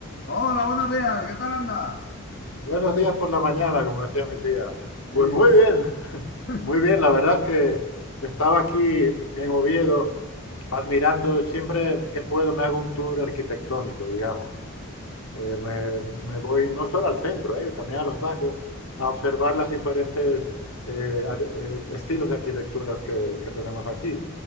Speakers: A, on the left; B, on the left.
A: Hola, buenos días, ¿qué tal andas?
B: Buenos días por la mañana, como decía mi tía.
A: Sí.
B: Pues muy bien, <laughs>
A: <laughs>
B: muy bien. La verdad es que estaba aquí en Oviedo admirando, siempre que puedo me hago un tour arquitectónico, digamos. Eh, me, me voy no solo al centro, eh, también a los barrios, a observar las diferentes eh, ar- eh, estilos de arquitecturas que, que tenemos aquí.